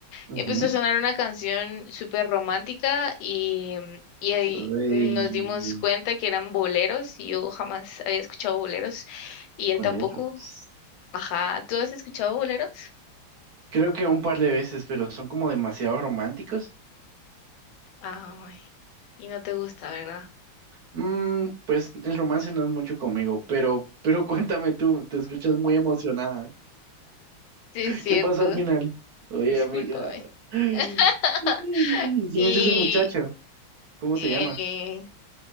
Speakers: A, on the right; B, on the left.
A: Ujú.
B: Y empezó a sonar una canción súper romántica y, mm, y ahí
A: Rey
B: nos dimos cuenta que eran boleros y yo jamás había escuchado boleros y él
A: boleros.
B: tampoco. Ajá, ¿tú has escuchado boleros?
A: Creo que un par de veces, pero son como demasiado románticos.
B: Ay, y no te gusta, ¿verdad?
A: Mm, pues el romance no es mucho conmigo, pero, pero <laughs> cuéntame tú, te escuchas muy emocionada.
B: Sí, es cierto,
A: ¿Qué pasó al final? Oye,
B: discúlpame.
A: amiga. Ay,
B: <laughs>
A: ¿Quién
B: Y
A: es ese muchacho? ¿Cómo
B: eh,
A: se llama?